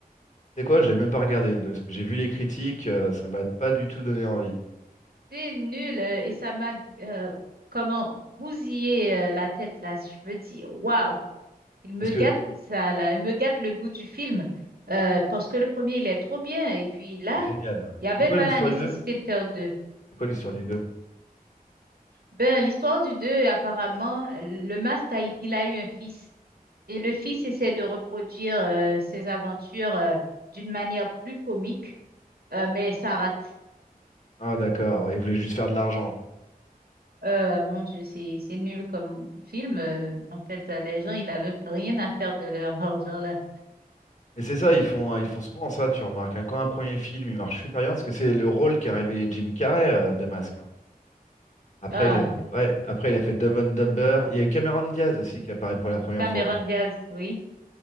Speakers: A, on the left; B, on the right.
A: C'est quoi? Je l'ai même pas regardé le deux. parce que j'ai vu les critiques, euh, ça m'a pas du tout donné envie.
B: C'est nul. euh, Et ça m'a euh, comment bousillé euh, la tête, là. Je me dis, waouh, il me
A: Parce
B: gâte
A: que,
B: ça, là. Il me gâte le goût du film. Euh, parce que le premier, il est trop bien. Et puis là,
A: génial.
B: il n'y avait
A: C'est quoi
B: pas
A: l'histoire
B: la nécessité
A: du 2?
B: de faire deux.
A: C'est quoi l'histoire du 2?
B: Ben, l'histoire du deux, apparemment, le masque, a- il a eu un fils. Et le fils essaie de reproduire euh, ses aventures euh, d'une manière plus comique, euh, mais ça rate.
A: Ah d'accord, ouais, ils voulaient juste faire de l'argent, quoi.
B: Euh, mon Dieu, c'est c'est nul comme film. euh, en fait, euh, les gens, ils n'avaient rien à faire de leur <laughs> argent là.
A: Mais c'est ça, ils font, ils font souvent ça, tu remarques. hein. Quand un premier film, il marche super bien, parce que c'est le rôle qu'a révélé Jim Carrey, euh, de masque. Après,
B: Ah,
A: il a, ouais, après, il a fait Dumb and Dumber. Il y a Cameron Diaz aussi qui apparaît pour la première
B: Cameron
A: fois.
B: Diaz, oui,